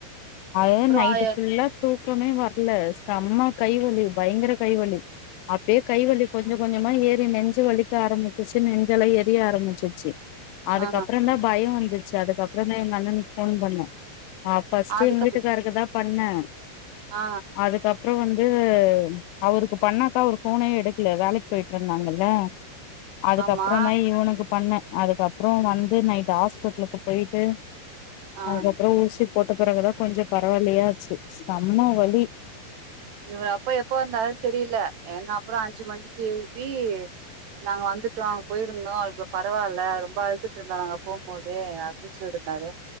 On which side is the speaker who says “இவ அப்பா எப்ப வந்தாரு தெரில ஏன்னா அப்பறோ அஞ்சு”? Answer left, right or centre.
Right